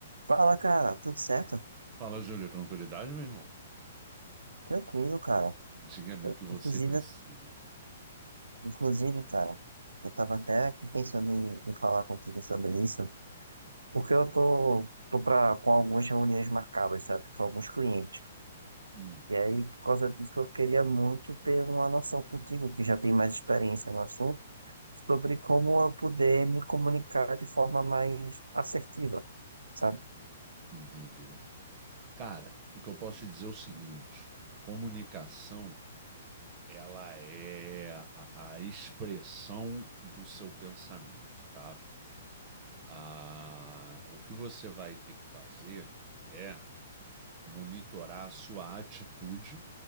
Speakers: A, on the right (about 90°); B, on the right (about 35°).
A: Fala, cara, tudo certo?
B: Fala, Júlio, tranquilidade, meu irmão?
A: Tranquilo, cara.
B: Diga-me
A: Eu-
B: o que você
A: inclusive,
B: precisa.
A: inclusive, cara, eu tava até aqui pensando em, em falar contigo sobre isso, porque eu tô, tô pra, com algumas reuniões marcadas, sabe, com alguns clientes.
B: Hum,
A: E aí, por causa disso, eu queria muito ter uma noção contigo, que já tem mais experiência no assunto, sobre como eu poder me comunicar de forma mais assertiva, sabe?
B: entendi. Cara, o que eu posso te dizer é o seguinte: comunicação, ela é a, a expressão do seu pensamento, tá? Ah, o que você vai ter que fazer é monitorar a sua atitude,